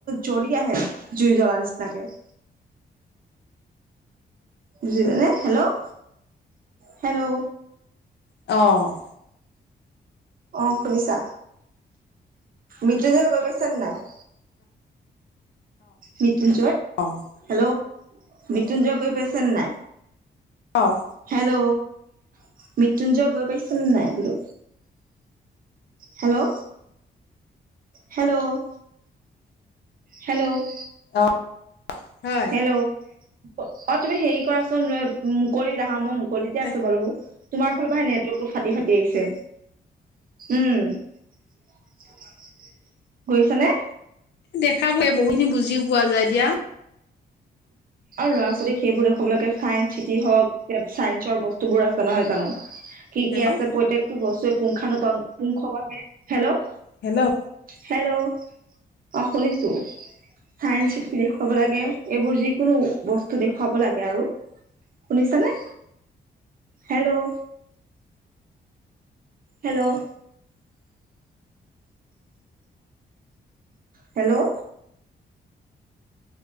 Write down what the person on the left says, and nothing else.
অ',
অ',
অ',
অ'। হয়
তাকে
দেখাবহে বহুখিনি বুজিও পোৱা যায় এতিয়া।
হেল্ল'
হেল্ল',